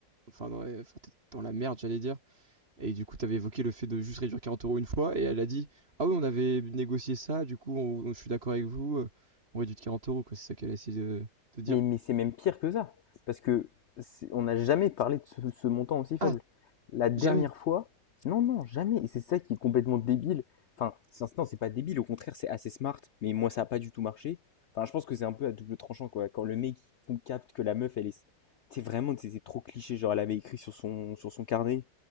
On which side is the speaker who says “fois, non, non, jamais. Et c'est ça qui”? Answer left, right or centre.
Left